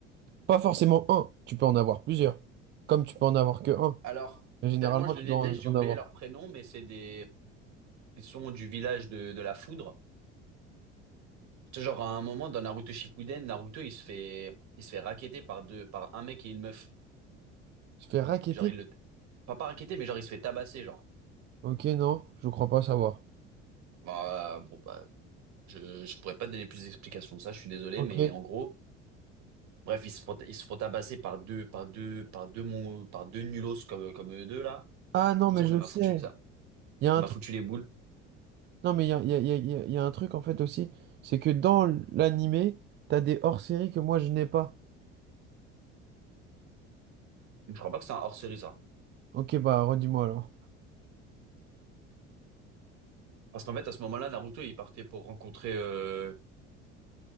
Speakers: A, on the right (about 30°); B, on the right (about 50°).
A: Pas forcément un, tu peux en avoir plusieurs, comme tu peux en avoir que un.
B: Alors,
A: Mais généralement,
B: tellement je
A: tu
B: les déteste,
A: dois en
B: j'ai
A: en
B: oublié
A: avoir.
B: leur prénom, mais c'est des. Ils sont du village de, de la foudre. C'est genre à un moment dans Naruto Shippuden, Naruto il se fait il se fait racketter par deux par un mec et une meuf.
A: Tu fais racketter?
B: Genre il le pas pas racketter, mais genre il se fait tabasser genre.
A: Ok, non, je crois pas savoir.
B: Bah, bon bah je je pourrais pas te donner plus d'explications de ça, je suis désolé,
A: Ok.
B: mais en gros Bref, ils se font, ils se font tabasser par deux, par deux, par deux, mon- par deux nulos comme, comme eux deux, là.
A: Ah non,
B: Du coup,
A: mais
B: ça,
A: je
B: ça m'a
A: sais.
B: foutu, ça,
A: Il y a
B: ça
A: un
B: m'a
A: truc.
B: foutu les boules.
A: Non, mais il y a, il y a- il y a- il y a- il y a un truc en fait aussi. C'est que dans l'animé, t'as des hors-séries que moi je n'ai pas.
B: Je crois pas que c'est un hors-série, ça.
A: Ok, bah redis-moi alors.
B: Parce qu'en fait, à ce moment-là, Naruto, il partait pour rencontrer, euh,